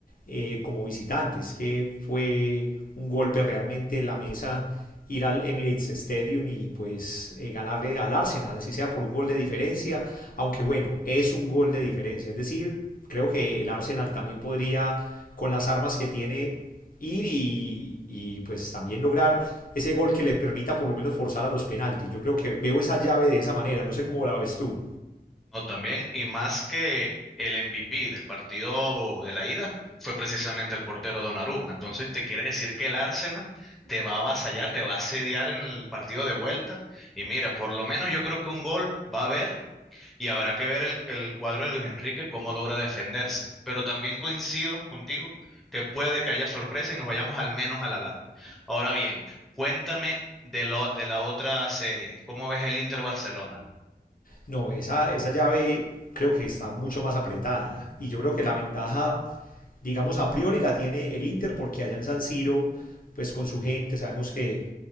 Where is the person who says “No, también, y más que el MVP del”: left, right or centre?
Centre